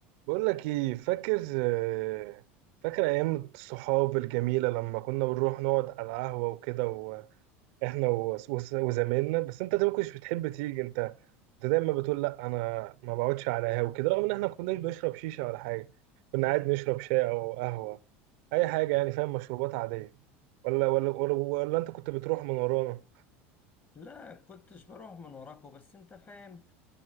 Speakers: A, on the right; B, on the left.
A: بقول لك ايه فاكر آه، فاكر ايام الصحاب الجميله لما كنا بنروح نقعد على القهوه وكده واحنا و- وس- وزمايلنا بس انت طيب ما كنتش بتحب تيجي انت انت دايما بتقول لا انا ما بقعدش على قهوه وكده رغم ان احنا ما كناش بنشرب شيشه ولا حاجه كنا قاعد نشرب شاي او قهوه اي حاجه يعني فاهم مشروبات عاديه ولا ولا ولا, ولا انت كنت بتروح من ورانا
B: لا كنتش بروح من وراكوا بس انت فاهم